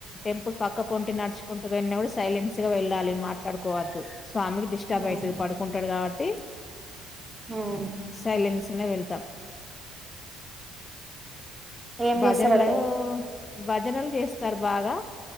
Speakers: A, on the left (about 30°); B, on the right (about 15°).
A: టెంపుల్ పక్క పొ టి నడుచుకుంటూ వెళ్ళినప్పుడు సైలెన్స్ గా వెళ్ళాలి మాట్లాడుకోవద్దు స్వామికి డిస్టర్బ్
B: ఉమ్
A: అయితది పడుకుంటాడు కాబట్టి
B: ఉమ్
A: సైలెన్స్ తినే వెళ్తాం
B: ఏం
A: భజనలయో
B: చేస్తారంటే
A: భజనలు చేస్తారు బాగా